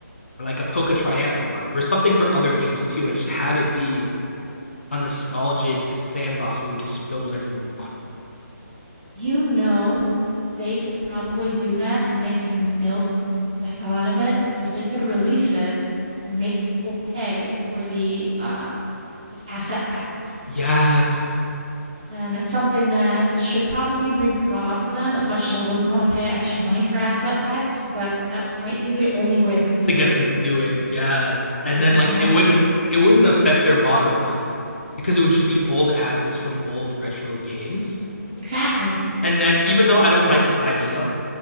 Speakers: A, on the left; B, on the right.
A: or like a Poke
B: Oh
A: Triathlon or something for other games too and just have it be a nostalgic sandbox where we can just build whatever we want.
B: You know, they could probably do that and they could milk the hell out of it because they could release it and make people pay for the uh, like asset packs.
A: Yes.
B: And it's something that should probably be brought up to them as much as I wouldn't want to pay extra money for asset packs, but that might be the only way that they
A: To
B: do
A: get
B: it.
A: them to do it. Yes. And
B: Exactly.
A: then like it wouldn't it wouldn't affect their bottom line because it would just be old assets from old retro games
B: Exactly.
A: And then even though I don't like this idea,